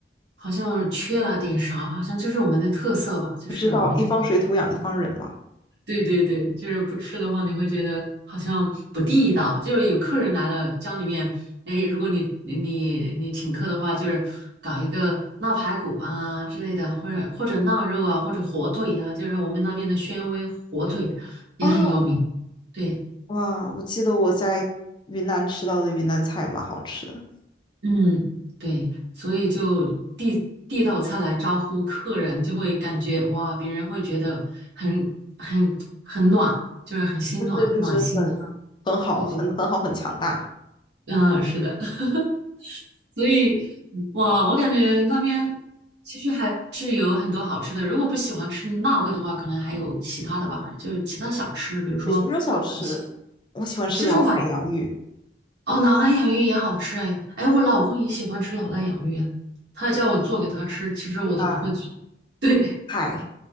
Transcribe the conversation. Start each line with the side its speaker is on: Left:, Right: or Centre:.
Right: 好像缺了点啥，好像就是我们的特色吧，就是我们这边，
Left: 不知道一方水土养一方人嘛。
Right: 对对对，就是不吃的话，你会觉得好像不地道。就是有客人来了，家里面，哎，如果你你你你请客的话，就是搞一个腊排骨啊之类的，或者或者腊肉啊，或者火腿啊，就是我们那边的宣威火腿也很有名。
Left: 啊，
Right: 对。
Left: 哇，我记得我在云南吃到的云南菜蛮好吃的，
Right: 嗯，对，所以就递递道菜来招呼客人，就会感觉哇，别人会觉得很很很暖，就是很心暖暖心的嘛。
Left: 就是就是很很好，
Right: 对对，
Left: 很很好，很强大。
Right: 嗯，是的，<laughs> 所以哇，我感觉那边其实还是有很多好吃的。如果不喜欢吃辣味的话，可能还有其他的吧，就是其他小吃，比如说啊西
Left: 对，其他小吃，我喜欢吃老奶洋芋，
Right: 西双版哦，老腊养芋也好吃哎，哎，我老公也喜欢吃老腊养芋，他叫我做给他吃，其实我都不会做。
Left: 对吧？
Right: <laughs> 对，
Left: 嗨，